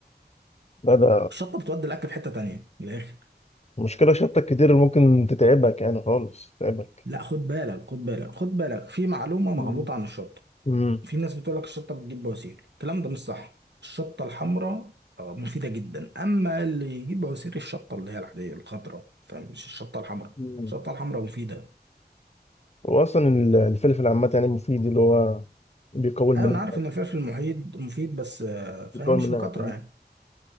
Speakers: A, on the left; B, on the right.
A: لا ده
B: الشطة بتودي الاكل في حتة تانية من الاخر
A: مشكلة شطة كتير اللي ممكن تتعبك يعني خالص تتعبك
B: لا خد بالك خد بالك خد بالك في معلومة مغلوطة
A: مم.
B: عن الشطة
A: امم
B: في ناس بتقول لك الشطة بتجيب بواسير الكلام ده مش صح الشطة الحمراء آه، مفيدة جدا أما اللي يجيب بواسير الشطة اللي هي العادية الخضراء فمش الشطة الحمراء
A: مم.
B: الشطة الحمراء مفيدة
A: واصلا ال- الفلفل عامة يعني مفيد اللي هو بيقوي المناعة
B: أيوة أنا عارف إن الفلفل المحيط مفيد بس آه، فاهم
A: بيقوي المناعة
B: مش بكترة يعني